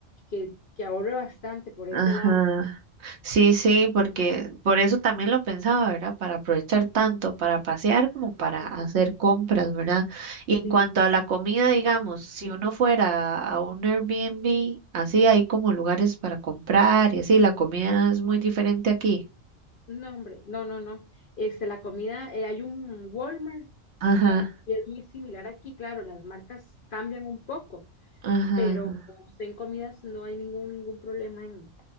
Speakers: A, on the left (about 55°); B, on the right (about 65°).
A: que, que ahorre bastante por ese
B: Ajá.
A: lado.
B: Sí, sí, porque por eso también lo pensaba, ¿verdad? Para aprovechar tanto para pasear como para
A: Ujú,
B: hacer compras, ¿verdad? Y
A: Sí,
B: en cuanto a la comida, digamos, si uno fuera a un Airbnb, así hay como lugares para comprar y así, la comida es muy diferente aquí.
A: no, hombre, no, no, no. Este, la comida, eh, hay un Walmart
B: Ajá,
A: y es muy similar aquí, claro, las marcas cambian un poco,
B: ajá,
A: pero
B: ajá.
A: usted en comidas no hay ningún, ningún problema en,